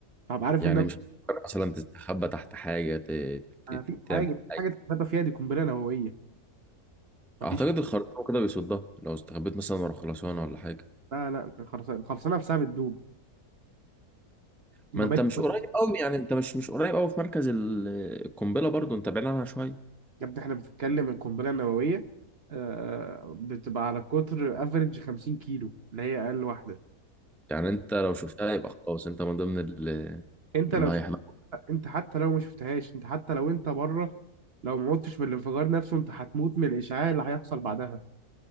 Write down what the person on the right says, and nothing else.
فهبقى عارف
ان انا
ما فيش حاجه
مفيش
حاجه تتغابى فيها دي قنبله نوويه ما
فيش
لا لا الخرسانه الخرسانه نفسها بتدوب المباني
يا ابني احنا بنتكلم القنبله النوويه آه، بتبقى على قطر افريج 50 كيلو اللي هي اقل واحده
انت
لو شفت
انت حتى لو ما شفتهاش انت حتى لو انت بره لو ما متش من الانفجار نفسه انت هتموت من الاشعاع اللي هيحصل بعدها